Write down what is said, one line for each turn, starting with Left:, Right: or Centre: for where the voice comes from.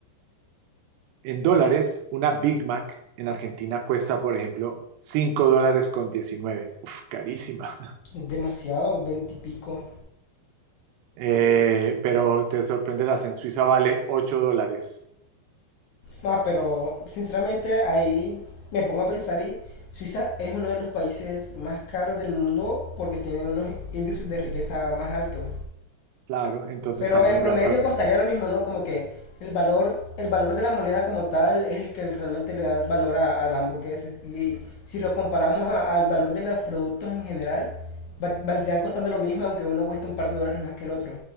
Right: En dólares, una Big Mac en Argentina cuesta, por ejemplo, 5 dólares con 19. Uf, carísima. <laughs>
Left: Es demasiado, veinte y pico.
Right: Eh, pero te sorprenderás, en Suiza vale 8 dólares.
Left: Ah, pero sinceramente ahí me pongo a pensar y Suiza es uno de los países más caros del mundo porque tiene unos índices de riqueza más altos.
Right: Claro, entonces
Left: Pero
Right: también
Left: en promedio
Right: gastas
Left: costaría
Right: más.
Left: lo mismo, ¿no? Como que el valor, el valor de la moneda como tal es el que realmente le da el valor a, a la hamburguesa. Y si lo comparamos a- al valor de los productos en general, val- valdrían costando lo mismo, aunque uno cueste un par de dólares más que el otro.